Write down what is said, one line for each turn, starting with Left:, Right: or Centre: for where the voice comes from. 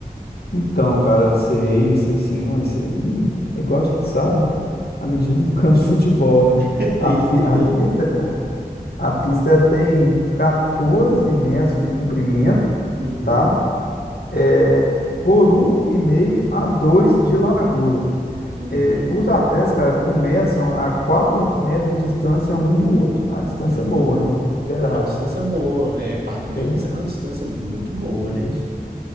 Left: Então, cara, sei, sei sim, mas isso aí é igual a gente sabe, a medida do <laughs> campo de futebol, né?
Right: <laughs> É
Left: A,
Right: isso
Left: pi-
Right: mesmo.
Left: a pista, cara, a pista tem 14 metros de comprimento,
Right: Uhum,
Left: tá? É, por um e meio a 2 de largura.
Right: uhum.
Left: É, os atletas, cara, começam a 4 metros de distância um do outro. A distância
Right: Hum,
Left: é boa, né? Considerável.
Right: é uma distância boa. É, quatro metros
Left: É,
Right: é uma distância muito boa, né?
Left: isso,